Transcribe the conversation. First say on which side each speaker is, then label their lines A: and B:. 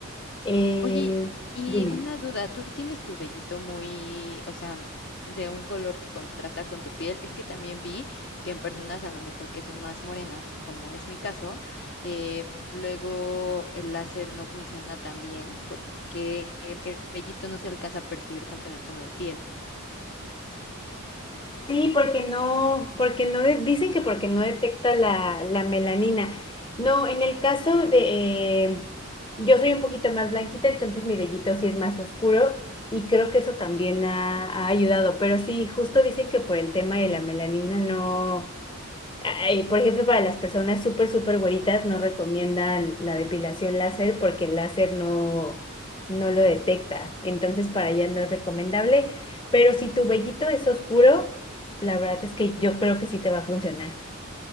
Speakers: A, on the left; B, on the left.
A: Eh,
B: Oye, y
A: dime.
B: una duda, ¿tú tienes tu vellito muy, o sea, de un color que contrasta con tu piel? Es que también vi que en personas a lo mejor que son más morenas, como es mi caso, eh, luego el láser no funciona tan bien porque eh, el vellito no se alcanza a percibir tanto en el tono de piel.
A: Sí, porque no, porque no, de- dicen que porque no detecta la, la melanina. No, en el caso de, eh, yo soy un poquito más blanquita, entonces mi vellito sí es más oscuro y creo que eso también ha, ha ayudado, pero sí, justo dicen que por el tema de la melanina no. Ay, por ejemplo, para las personas súper, súper güeritas no recomiendan la depilación láser porque el láser no, no lo detecta. Entonces, para allá no es recomendable. Pero si tu vellito es oscuro, la verdad es que yo creo que sí te va a funcionar.